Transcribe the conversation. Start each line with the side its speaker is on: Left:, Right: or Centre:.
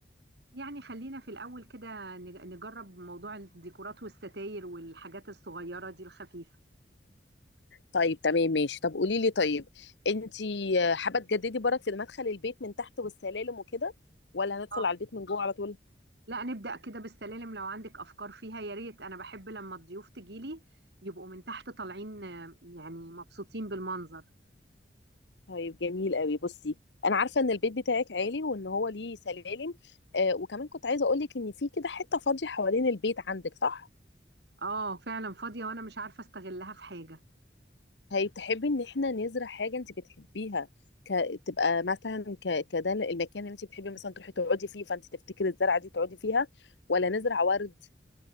Right: يعني خلينا في الاول كده نج- نجرب موضوع الديكورات والستاير والحاجات الصغيره دي الخفيفه
Left: طيب تمام ماشي طب قولي لي طيب انت حابه تجددي برك في مدخل البيت من تحت والسلالم وكده ولا هندخل
Right: اه
Left: على البيت من جوه على طول
Right: لا نبدا كده بالسلالم لو عندك افكار فيها يا ريت انا بحب لما الضيوف تجيلي يبقوا من تحت طالعين آه، يعني مبسوطين بالمنظر
Left: طيب جميل قوي بصي انا عارفه ان البيت بتاعك عالي وان هو ليه سلالم آه وكمان كنت عايزه اقول لك ان في كده حته فاضيه حوالين البيت عندك صح
Right: اه فعلا فاضيه وانا مش عارفه استغلها في حاجه
Left: هي تحبي ان احنا نزرع حاجه انت بتحبيها ك... تبقى مثلا ك... كده المكان اللي انت بتحبي مثلا تروحي تقعدي فيه فانت تفتكري الزرعه دي تقعدي فيها ولا نزرع ورد